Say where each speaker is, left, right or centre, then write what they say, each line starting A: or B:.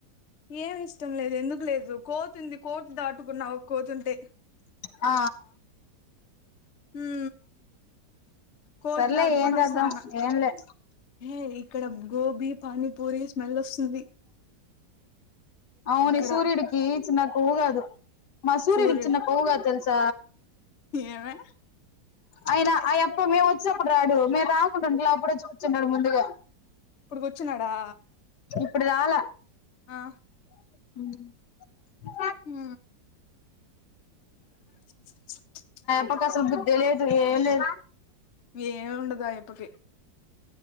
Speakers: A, on the left; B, on the left.
A: ఏమి ఇష్టం లేదు ఎందుకు లేదు కోతుంది కోటు దాటుకున్నావు కోతుంటే
B: ఆ
A: ఉ కోతి
B: సర్లే
A: దాటుకొని
B: ఏం
A: వస్తా
B: చేద్దాం
A: అన్న
B: ఏంలే
A: హై ఇక్కడ గోభీ పని పూరి స్మెల్ వస్తుంది
B: అవును
A: ఇక్కడ
B: సూర్యుడుకి నాకు హగదు మ సూర్డి
A: సూర్యుడు
B: చిన్న పవుగాతల్ స
A: ఏమే
B: అయినా అయప్ప మేము వచైనప్పుడు రాడు మీ తాకుంటంలే అప్పుడ చిన్ ముందుగా
A: ఇప్పుడు కూర్చున్నాడా
B: ఇప్పుడు రాల
A: ఆ
B: ఉ
A: ఉ ఉమ్
B: అ అసలు బుద్ధి లేదు ఏం లేదు
A: ఎమ్ ఉండదాయప్పకి